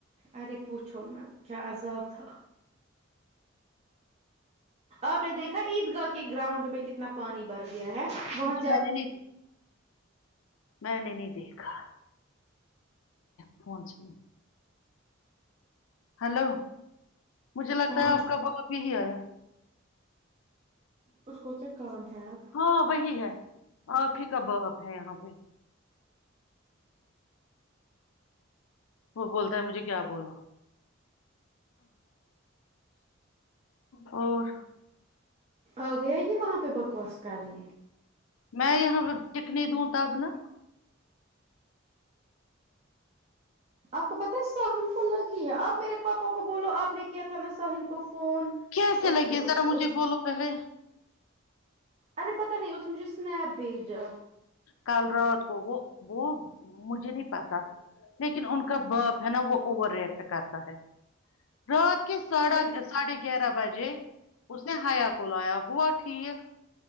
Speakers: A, on the right; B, on the left.
A: ارے پوچھو مت کیا عذاب تھا آپ نے دیکھا عید گاہ کے گراؤنڈ میں کتنا پانی بھر گیا ہے
B: مجھے
A: وہاں زیا
B: میں نہیں ت <unintelligible> میں نے نہیں دیکھا فون سنا ہلو مجھے لگتا
A: ہاں
B: ہے آپ کا باؤ ابھی ہی آیا
A: اس کو کیا کام ہے اب
B: ہاں وہی ہے آپ ہی کا باپ ہے یہاں پہ وہ بولتا ہے مجھے کیا بولو اور
A: آ گیا یہ وہاں پہ بکواس کرنے
B: میں یہاں ٹکنی دوں تاب نا
A: آپ کو پتا ہے ساحل کو لگی ہے آپ میرے پاپا کو بولو آپ نے کیا تھا نا ساحل کو فون
B: کیسے
A: اس
B: لگی
A: اس
B: ذرا مجھے بولو پہلے
A: ارے پتا نہیں اس نے مجھے سنیپ بھیجا
B: کل رات کو وہ وہ مجھے نہیں پاتا لیکن ان کا باپ ہے نا وہ اوور رییکٹ کرتا ہے رات کے ساڑھا
A: پھر
B: ساڑھے گیارہ بجے اس نے حیا کو لایا ہوا ٹھیک